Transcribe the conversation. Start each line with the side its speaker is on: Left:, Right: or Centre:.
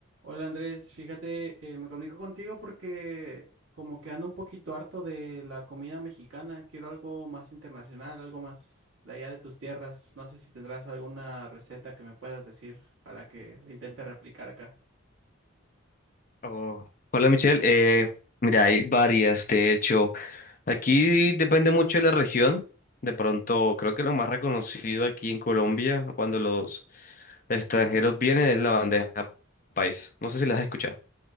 Right: Hola Andrés, fíjate, eh, me comunico contigo porque como que ando un poquito harto de la comida mexicana, quiero algo más internacional, algo más de allá de tus tierras. No sé si tendrás alguna receta que me puedas decir para que la intente replicar acá.
Left: Oh, Hola Michelle, Eh, mira, hay varias, de hecho. Aquí depende mucho de la región. De pronto, creo que lo más reconocido aquí en Colombia, cuando los extranjeros vienen, es la bandeja país. No sé si las has escuchado.